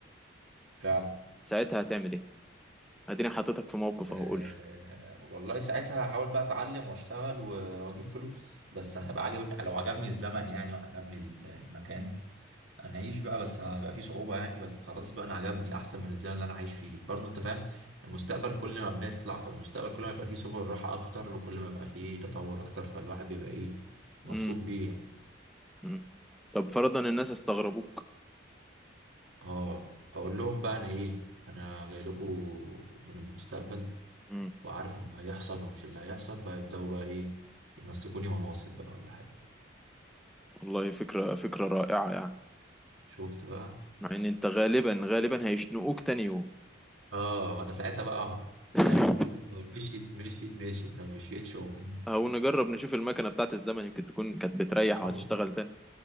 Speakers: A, on the right (about 75°); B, in the centre.
A: فعلا
B: ساعتها هتعمل ايه اديني حطيتك في موقف
A: أه
B: اهو قول لي
A: والله ساعتها هحاول بقى اتعلم واشتغل و- واجيب فلوس بس انا هبقى عاجب لو عجبني الزمن يعني وعجبني ال- المكان انا اعيش بقى بس هيبقى فيه صعوبة يعني بس خلاص بقى انا عجبني احسن من الزمن اللي انا عايش فيه برضه انت فاهم المستقبل كل ما بنطلع في المستقبل كل ما يبقى فيه سبل راحة اكتر وكل ما يبقى فيه تطور اكتر فالواحد بيبقى ايه مبسوط
B: امم
A: بيه يعني
B: امم طب فرضا الناس استغربوك
A: اه اقول لهم بقى انا ايه انا جاي لكم من المستقبل
B: امم
A: وعارف ان هيحصل ومش اللي هيحصل فيبداوا بقى ايه يمسكوني مناصب بقى ولا حاجه
B: والله فكره فكره رائعه يعني
A: شفت بقى
B: مع ان انت غالبا غالبا هيشنقوك تاني يوم
A: اه وانا ساعتها بقى اهرب
B: <laughs>
A: يعني نشوف بقى مشيت مشيت مشيت ما مشيتش أقوم إيه؟
B: او نجرب نشوف المكنه بتاعت الزمن يمكن تكون كانت بتريح
A: أطلع.
B: وهتشتغل تاني